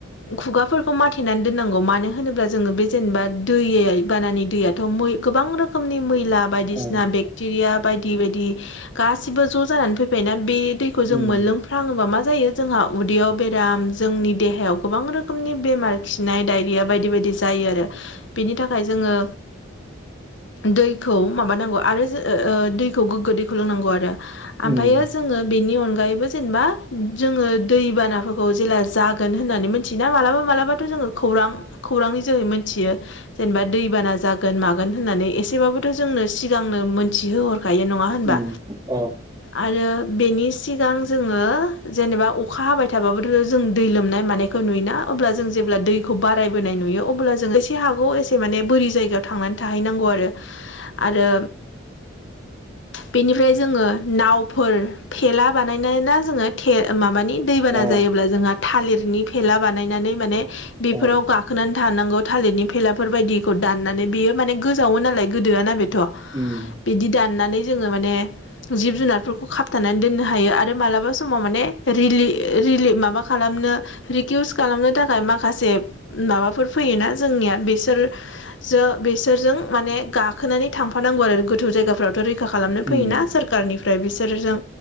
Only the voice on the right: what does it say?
अ
उम
उम
उम अ
<inaudible>
अ
अ
ओम
उम